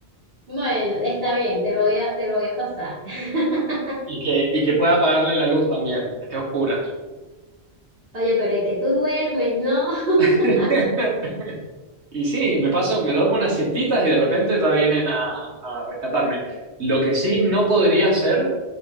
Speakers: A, on the right; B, on the right.
A: Bueno, está bien, te lo voy a, te lo voy a pasar. <laughs>
B: Y que, y que pueda apagarle la luz también, que esté oscura.
A: Oye, pero es que tú duermes, ¿no? <laughs>
B: <laughs> Y sí, me paso, me duermo unas siestitas y de repente ya vienen a, a rescatarme. Lo que sí no podría hacer